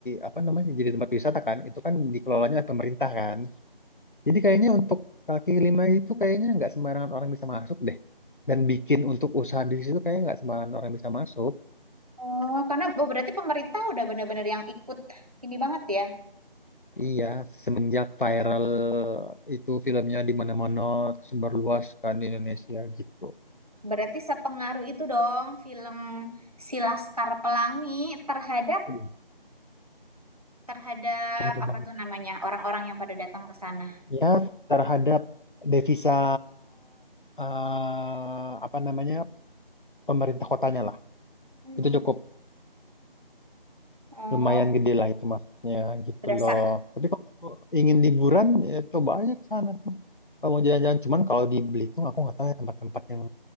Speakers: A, on the left; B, on the right.
A: apa namanya jadi tempat wisata kan. Itu kan dikelolanya oleh pemerintah kan. Jadi kayaknya untuk kaki lima itu kayaknya nggak sembarangan orang bisa masuk deh. Dan bikin untuk usaha di situ kayaknya nggak sembarangan orang bisa masuk.
B: oh karena oh, berarti pemerintah udah bener-bener yang ikut ini banget ya
A: Iya, semenjak viral itu filmnya di mana-mana tersebar luas kan di Indonesia gitu.
B: berarti sepengaruh itu dong film Si Laskar Pelangi terhadap
A: Hmm,
B: terhadap
A: pengaruh
B: apa
A: banget.
B: tuh namanya orang-orang yang pada datang ke sana
A: Ya, terhadap devisa eh, apa namanya pemerintah kotanya lah.
B: Hmm.
A: Itu cukup
B: oh
A: lumayan gede lah itu maksudnya gitu
B: berasa
A: loh. Tapi kalau ingin liburan ya coba aja ke sana tuh. Kalau mau jalan-jalan cuman kalau di Belitung aku nggak tahu ya tempat-tempat yang